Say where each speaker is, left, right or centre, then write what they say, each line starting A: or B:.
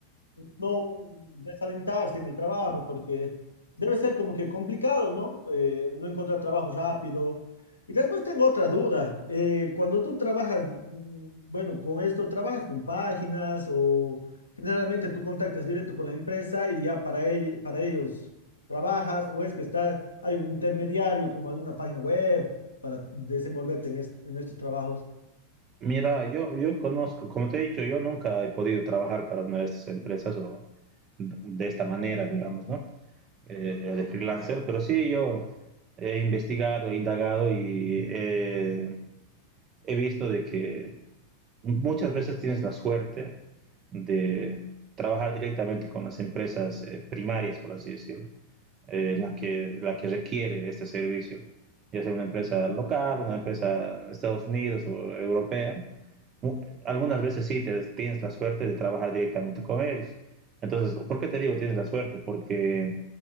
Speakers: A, on the left; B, on the right.
A: no desalentarse en el trabajo, porque debe ser como que complicado, ¿no? Eh, no encontrar trabajo rápido. Y después tengo otra duda. eh, cuando tú trabajas, mm, bueno, con esto, ¿trabajas con páginas o generalmente tú contactas directo con la empresa y ya para, ell- para ellos trabajas o es que está, hay un intermediario como alguna página web para desenvolverte en, est- en estos trabajos?
B: Mira, yo, yo conozco, como te he dicho, yo nunca he podido trabajar para una de estas empresas o de esta manera, digamos, ¿no? Eh, de freelancer, pero sí yo he investigado, he indagado y eh, he visto de que muchas veces tienes la suerte de trabajar directamente con las empresas eh, primarias, por así decirlo eh, la, que, la que requiere este servicio, ya sea una empresa local, una empresa de Estados Unidos o europea. Algunas veces sí te, tienes la suerte de trabajar directamente con ellos. Entonces, ¿por qué te digo tienes la suerte? Porque